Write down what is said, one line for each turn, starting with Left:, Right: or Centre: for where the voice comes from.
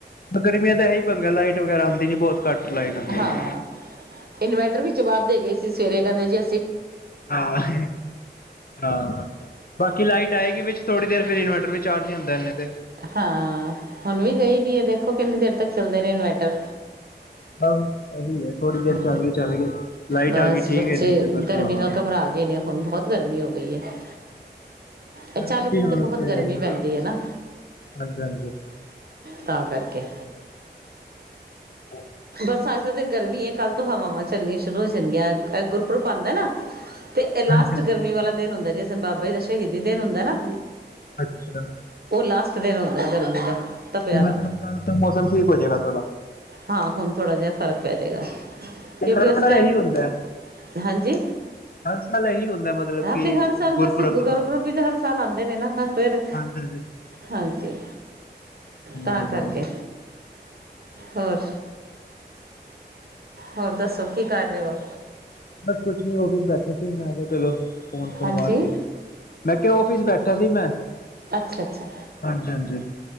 Left: ਗਰਮੀਆਂ ਤਾਂ ਇਹੀ ਪੰਗਾ ਲਾਈਟ ਵਗੈਰਾ ਆਉਂਦੀ ਨੀ ਬਹੁਤ ਘੱਟ ਲਾਈਟ ਆਂਦੀ ਏ।
Right: ਹਾਂ ਇਨਵਰਟਰ ਵੀ ਜਵਾਬ ਦੇ ਗਏ ਸੀ ਸਵੇਰੇ ਕਹਿੰਦੇ ਜੇ
Left: ਹਾਂ-ਹਾਂ ਬਾਕੀ ਲਾਈਟ ਆਏਗੀ ਵਿੱਚ ਥੋੜ੍ਹੀ ਦੇਰ ਫਿਰ ਇਨਵਰਟਰ ਵੀ ਚਾਰਜੀ ਹੁੰਦਾ ਇਨੇ ਤੇ
Right: ਹਾਂ ਹੁਣ ਵੀ ਗਈ ਦੀ ਹੈ ਦੇਖੋ ਕਿੰਨੀ ਦੇਰ ਤੱਕ ਚੱਲਦੇ ਨੇ ਇਨਵਰਟਰ
Left: ਆਹੋ ਉਹੀ ਹੈ ਥੋੜ੍ਹੀ ਦੇਰ
Right: ਹੂੰ
Left: ਚੱਲ ਗਈ ਚੱਲ ਗਈ ਲਾਈਟ
Right: ਬਸ
Left: ਆ ਗਈ ਠੀਕ
Right: ਬੱਚੇ
Left: ਹੈ ਨਹੀਂ ਤੇ ਬਸ
Right: ਗਰਮੀ
Left: ਹਾਂ।
Right: ਨਾਲ ਘਬਰਾ ਗਏ ਨੇ ਹੁਣ ਬਹੁਤ ਗਰਮੀ ਹੋ ਗਈ ਹੈ ਇਹ
Left: ਗਰਮੀ
Right: ਚਾਲੀ ਦਿਨ
Left: ਵੀ ਹਾਂ
Right: ਤੇ ਬਹੁਤ
Left: ਪੈ
Right: ਗਰਮੀ
Left: ਰਹੀ
Right: ਪੈਂਦੀ ਹੈ ਨਾ
Left: ਹਾਂਜੀ-ਹਾਂਜੀ।
Right: ਤਾਂ ਕਰਕੇ
Left: ਹਾਂ
Right: ਬਸ ਅੱਜ ਦੇ ਦਿਨ ਗਰਮੀ ਆ ਕੱਲ੍ਹ ਤੋਂ ਹਵਾਵਾਂ ਚਲਣੀਆਂ ਸ਼ੁਰੂ ਹੋ ਜਾਂਦੀਆਂ ਅੱਗ ਗੁਰਪੁਰਬ ਆਉਂਦਾ ਨਾ ਤੇ ਲਾਸਟ
Left: ਹਾਂਜੀ ਹਾਂਜੀ।
Right: ਗਰਮੀ ਵਾਲਾ ਦਿਨ ਹੁੰਦੈਂ ਜਿਸ ਬਾਬਾ ਜੀ ਦਾ ਸ਼ਹੀਦੀ ਦਿਨ ਹੁੰਦਾ ਨਾ
Left: ਅੱਛਾ
Right: ਉਹ ਲਾਸਟ ਦਿਨ ਹੁੰਦਾ ਗਰਮੀ ਦਾ ਤਪਿਆ
Left: ਤੇ
Right: ਦਾ
Left: ਮਤਲਬ ਕੱਲ ਤਾਂ ਮੌਸਮ ਠੀਕ ਹੋ ਜਾਏਗਾ ਥੋਡਾ
Right: ਹਾਂ ਹੁਣ ਥੋੜਾ ਜਿਹਾ ਫਰਕ ਪੈ ਜਾਏਗਾ
Left: ਤੇ
Right: ਕਿਉਂਕਿ
Left: ਹਰ
Right: ਉਸ
Left: ਵਾਰ
Right: ਟਾਈਮ
Left: ਇਹੀ ਹੁੰਦਾ ਹੈ
Right: ਹਾਂਜੀ
Left: ਹਰ ਸਾਲ ਇਹੀ ਹੁੰਦਾ ਮਤਲਬ
Right: ਹੈ
Left: ਕਿ
Right: ਤੇ ਹਰ ਸਾਲ ਬਸ ਗੁਰਪੁਰਬ
Left: ਤੋਂ ਬਾਅਦ
Right: ਵੀ ਤੇ ਹਰ ਸਾਲ ਆਉਂਦੇ ਨੇ ਨਾ ਫਿਰ
Left: ਹਾਂਜੀ ਹਾਂਜੀ
Right: ਹਾਂਜੀ
Left: ਚਲੋ
Right: ਤਾਂ
Left: ਵਧੀਆ
Right: ਕਰਕੇ ਹੋਰ ਹੋਰ ਦੱਸੋ ਕੀ ਕਰ ਰਹੇ ਹੋ।
Left: ਬਸ ਕੁਛ ਨੀ ਉਂਵੇ ਬੈਠੇ ਕਿਨਾ ਹੈ ਚਲੋ ਫੋਨ ਫੋਨ
Right: ਹਾਂਜੀ
Left: ਮਾਰ ਲਈ ਮੈਂ ਕਿਹਾ ਉਫਿਸ ਬੈਠ ਬੈਠਾ ਸੀ ਮੈਂ
Right: ਅੱਛਾ-ਅੱਛਾ
Left: ਹਾਂਜੀ ਹਾਂਜੀ